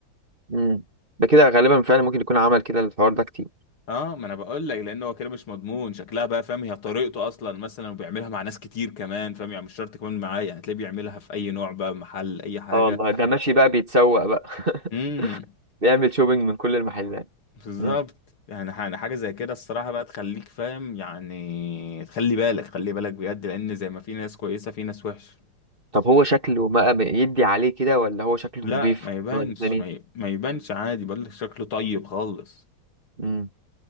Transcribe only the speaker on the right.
امم ده كده غالبا فعلا ممكن يكون عمل كده الحوار ده كتير
اه والله ده ماشي بقى بيتسوق بقى
<laughs> بيعمل شوبينج من كل المحلات
امم
طب هو شكله ما ما يدي عليه كده ولا هو شكله
نضيف
ولا الدنيا
امم